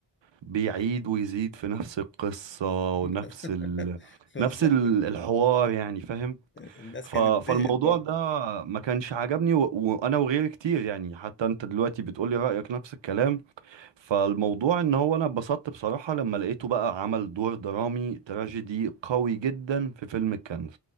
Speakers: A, on the right; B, on the left.
A: بيعيد ويزيد في نفس القصه
B: <laughs>
A: ونفس ال...
B: بالظبط
A: نفس ال-
B: كده.
A: الحوار يعني فاهم
B: الناس
A: ف...
B: كانت
A: فالموضوع
B: زهقت برضه
A: ده ما كانش عجبني و... وانا وغيري كتير يعني حتى انت دلوقتي بتقولي رأيك نفس الكلام فالموضوع ان هو انا اتبسطت بصراحة لما لقيته بقى عمل دور درامي تراجيدي قوي جدا في فيلم الكنز